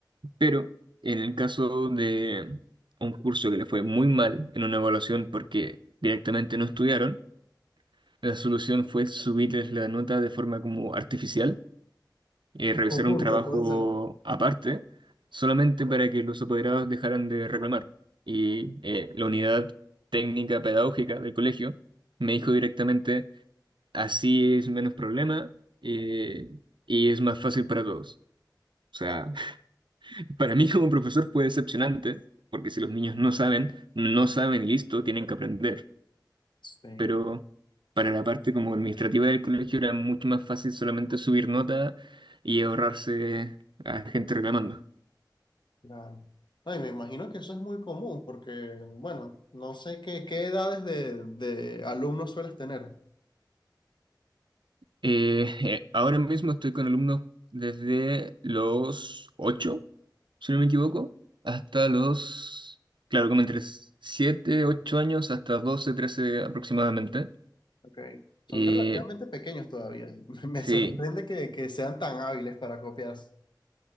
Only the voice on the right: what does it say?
Pero en el caso de un curso que le fue muy mal en una evaluación porque directamente no estudiaron, la solución fue subirles la nota de forma como artificial eh, revisar
un trabajo
aparte, solamente para que los apoderados dejaran de reclamar. Y eh, la unidad técnica pedagógica del colegio me dijo directamente, así es menos problema eh, y es más fácil para todos. O sea,
<laughs> para mí como profesor fue decepcionante, porque si los niños no saben, no saben y listo, tienen que aprender.
Pero para la parte como administrativa del colegio era mucho más fácil solamente subir nota y ahorrarse a gente reclamando.
Eh, eh, ahora mismo estoy con alumnos desde los 8, si no me equivoco, hasta los, claro, como entre 7, 8 años, hasta 12, 13 aproximadamente.
Eh,
sí,